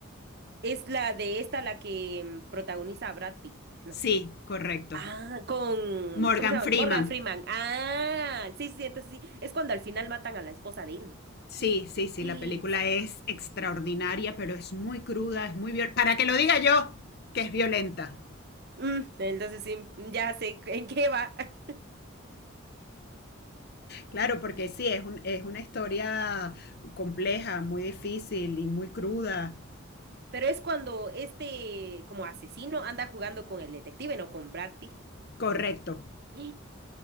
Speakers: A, on the right; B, on the left.
A: es la de esta la que mm, protagoniza a Brad Pitt. No.
B: Sí, correcto.
A: Ah, con,
B: Morgan
A: ¿cómo se llama?
B: Freeman.
A: Morgan Freeman. Ah, sí, sí, entonces sí. sí. Es cuando al final matan a la esposa de él, ¿no?
B: Sí, sí, sí,
A: <gasps>
B: la película es extraordinaria, pero es muy cruda, es muy violenta. Para que lo diga yo, que es violenta.
A: Mm, entonces sí, ya sé en qué va. <laughs>
B: Claro, porque sí, es, un, es una historia compleja, muy difícil y muy cruda.
A: Pero es cuando este como asesino anda jugando con el detective, no con Brad Pitt.
B: Correcto.
A: <gasps> ¡Ah!